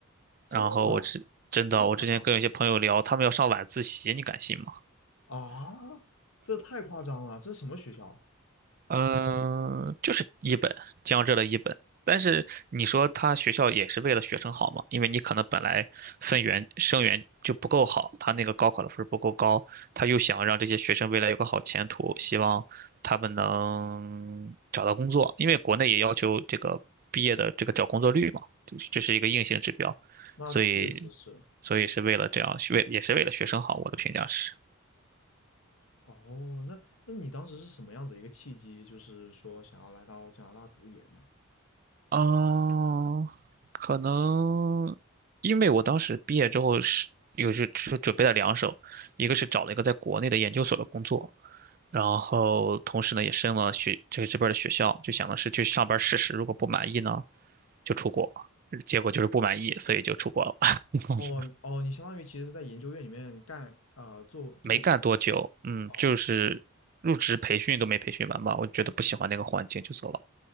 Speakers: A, on the left; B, on the right.
A: 真的吗？
B: 然后我之真的，
A: 这么夸张吗？
B: 我之前跟有些朋友聊，他们要上晚自习，你敢信吗？
A: 啊，这太夸张了，这什么学校啊？
B: 嗯、呃就是一本江浙的一本，但是你说他学校也是为了学生好嘛？因为你可能本来分源生源就不够好，他那个高考的分儿不够高，他又想让这些学生未来有个好前途，希望他们能找到工作，因为国内也要求这个毕业的这个找工作率嘛，这是这是一个硬性指标，
A: 那确实是。
B: 所以所以是为了这样，为也是为了学生好，我的评价是。
A: 哦，那那你当时是什么样子一个契机，就是说想要来到加拿大读研呢？
B: 嗯，可能因为我当时毕业之后是又是是准备了两手，一个是找了一个在国内的研究所的工作，然后同时呢也申了学这个这边儿的学校，就想的是去上班试试，如果不满意呢就出国，结果就是不满意，所以就出国了。<laughs>
A: 哦哦，你相当于其实是在研究院里面干呃做做过
B: 没干多久，嗯，
A: 哦
B: 就是入职培训都没培训完吧，我觉得不喜欢那个环境就走了。